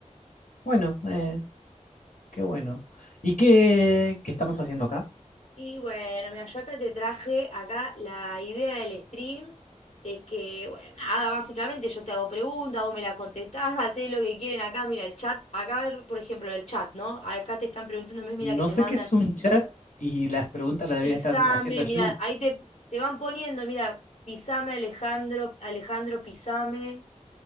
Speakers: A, on the left; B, on the left.
A: bueno, eh, qué bueno. ¿Y qué, qué estamos haciendo acá?
B: Y bueno, mira, yo acá te traje, acá la idea del stream es que, bueno, nada, básicamente yo te hago preguntas, vos me las contestás, <laughs> hacés lo que quieren acá, mira el chat, acá, el- por ejemplo, el chat, ¿no? Acá te están preguntando, ¿ves? mira
A: No
B: que te
A: sé
B: mandan,
A: qué es un chat y las preguntas las debería
B: pisame,
A: estar haciendo yo.
B: mira, ahí te, te van poniendo, mira, pisame Alejandro, Alejandro, pisame,